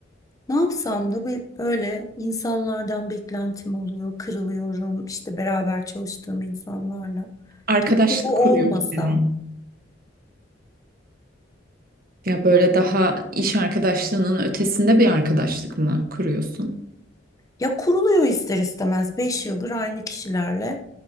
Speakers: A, on the left; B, on the right.
A: ne yapsam da bu- böyle insanlardan beklentim oluyor, kırılıyorum işte beraber çalıştığım insanlarla.
B: arkadaşlık
A: Keşke bu
B: kuruyor
A: olmasa.
B: gibi mi? Ya böyle daha iş arkadaşlığının ötesinde bir arkadaşlık mı kuruyorsun?
A: Ya kuruluyor ister istemez 5 yıldır aynı kişilerle